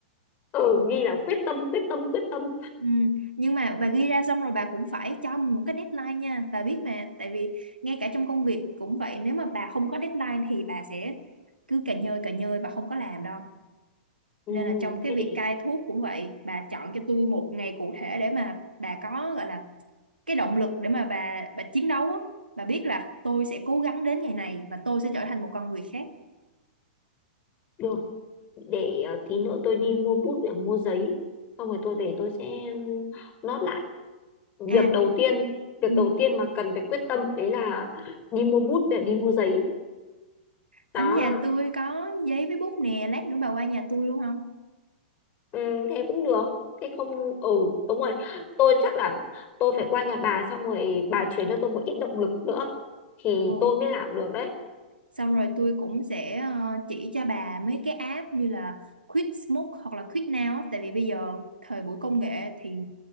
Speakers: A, on the left; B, on the right.
A: ừ ghi là quyết tâm quyết tâm quyết tâm
B: Ừ. Nhưng mà bà ghi ra xong rồi bà cũng phải cho mình một cái deadline nha bà biết mà tại vì ngay cả trong công việc cũng vậy nếu mà bà không có deadline thì bà sẽ cứ cà nhơi cà nhơi bà không có làm đâu
A: ừ
B: nên là trong cái
A: thế
B: việc
A: để
B: cai thuốc cũng vậy bà chọn cho tôi một ngày cụ thể để mà bà có gọi là cái động lực để mà bà bà chiến đấu á. Bà biết là tôi sẽ cố gắng đến ngày này và tôi sẽ trở thành một con người khác
A: được để ờ, tí nữa tôi đi mua bút và mua giấy xong rồi tôi về tôi sẽ nốt lại việc
B: à
A: đầu tiên việc
B: ừ.
A: đầu tiên mà cần phải quyết tâm đấy là đi mua bút để đi mua giấy
B: Ở
A: đó
B: nhà tôi có giấy với bút nè lát nữa bà qua nhà tôi luôn không
A: ừ, thế cũng được thế không ừ đúng rồi tôi chắc là tôi phải qua nhà bà xong rồi bà chuyển cho tôi một ít động lực nữa thì
B: ồ
A: tôi mới làm được đấy
B: xong rồi tôi cũng sẽ ờ, chỉ cho bà mấy cái app như là Quit Smoke hoặc là Quit Now á. tại vì bây giờ thời buổi công nghệ thì